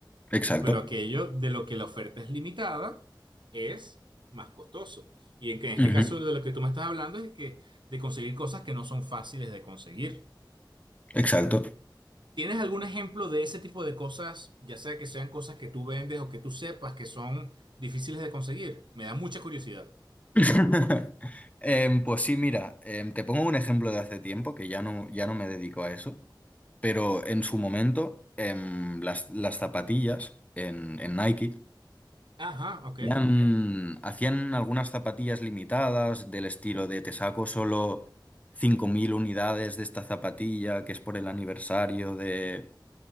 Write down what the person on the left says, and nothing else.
Exacto.
Ujú.
Exacto.
<laughs> Em, pues sí, mira, em, te pongo un ejemplo de hace tiempo, que ya no, ya no me dedico a eso, pero en su momento em, las, las zapatillas en, en Nike
hacían, hacían algunas zapatillas limitadas del estilo de te saco solo 5.000 unidades de esta zapatilla que es por el aniversario de,